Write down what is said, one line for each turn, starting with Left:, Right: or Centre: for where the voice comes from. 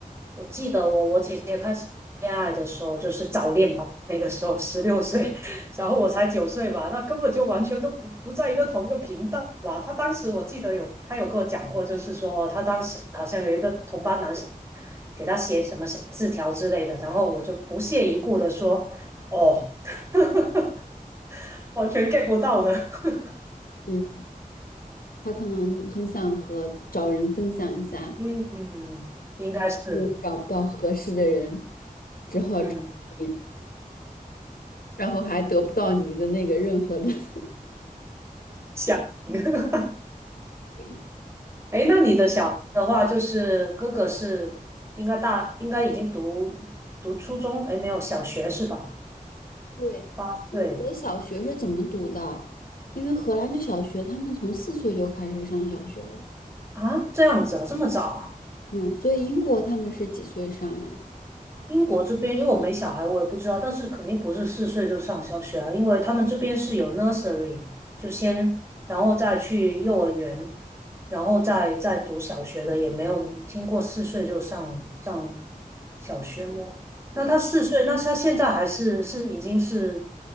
Right: 我记得我我姐姐开始恋爱的时候就是早恋吧，那个时候十六岁，<laughs> 然后我才九岁吧，那根本就完全都不不在一个同一个频道吧。她当时我记得有她有跟我讲过，就是说哦她当时好像有一个同班男生给她写什么小字条之类的，然后我就不屑一顾的说哦，<laughs> 完全 get 不到的。<laughs>
Left: 嗯，他可能很想和找人分享一下，
Right: 嗯，应该是，
Left: 也找不到合适的人，只好找你，
Right: 嗯，
Left: 然后还得不到你的那个任何的 <laughs>
Right: 想。<laughs>
Left: 回应
Right: 哎，那你的小孩的话，就是哥哥是应该大，应该已经读读初中，哎，没有小学是吧？
Left: 对，
Right: 八岁
Left: 英国的小学是怎么读的？因为荷兰的小学，他们从四岁就开始上小学了。
Right: 啊，这样子啊，这么早啊？
Left: 嗯，所以英国他们是几岁上呀？
Right: 英国这边，因为我没小孩，我也不知道，但是肯定不是四岁就上小学啊，因为他们这边是有 nursery，就先，然后再去幼儿园，然后再再读小学的，也没有听过四岁就上上小学我。那他四岁，
Left: 嗯，
Right: 那他现在还是是已经是